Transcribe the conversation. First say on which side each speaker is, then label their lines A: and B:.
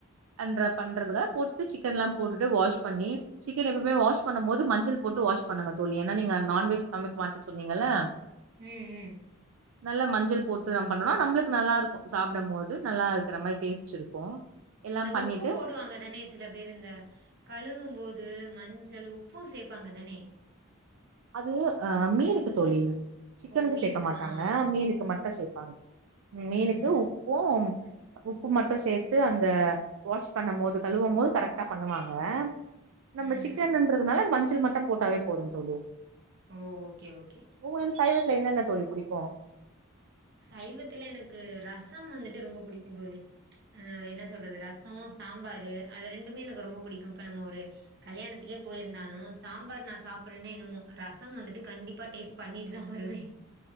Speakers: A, on the right; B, on the right.
A: அன்ற பண்றது போட்டுட்டு சிக்கன் எல்லா போட்டுட்டு வாஷ் பண்ணி சிக்கன் எப்பவுமே வாஷ் பண்ணு போது மஞ்சள் போட்டு வாஷ் பண்ணுங்க தோழி ஏன்னா நீங்க நான்வெஜ் சமைக்க மாட்ட சொன்னீங்கள்ள
B: ம் ம்
A: நல்ல மஞ்சள் போட்டுதா பண்ணலா நம்மளுக்கு நல்லா இருக்கு சாப்டு போது நல்லா இருக்குற மாரி டேஸ்ட் இருக்கு எல்லா
B: இந்த
A: பண்ணிட்டு
B: உப்பு போடுவாங்க தானே சில பேரு இந்த கழுவு போது மஞ்சள் உப்பு சேப் ப்பாங்க தானே
A: அது அ மீனுக்கு தோழி சிக்கனுக்கு
B: ஓ மீனுக்கு
A: சேக்க மாட்டாங்க
B: ஆ
A: மீனுக்கு மட்டு சேப்பாங்க மீனுக்கு
B: ம்
A: உப்பு
B: ம்
A: உப்பு மட்டு சேத்து அந்த வாஷ் பண்ண போது கழுவு போது கரெக்டா பண்ணுவாங்க நம்ம
B: ம்
A: சிக்கன்றதுனால மஞ்சள் மட்டு போட்டாவே போது தோழி
B: ஓ ஒகே ஒகே
A: உங்களுக்கு சைவத்துல என்னென்ன தோழி புடிக்கு
B: சைவத்துல எனக்கு ரசம் வந்துட்டு ரொம்ப புடிக்கு தோழி அ என்ன சொல்றது ரசோ சாம்பாரு அது ரெண்டுமே எனக்கு ரொம்ப புடிக்கு இப்ப நம்ம ஒரு கல்யாணத்துக்கே போயிருந்தாலு சாம்பார் நா சாப்றன்னே என்னமோ ரசம் வந்துட்டு கண்டிப்பா டேஸ்ட் பண்ணிட்டு தா வருவே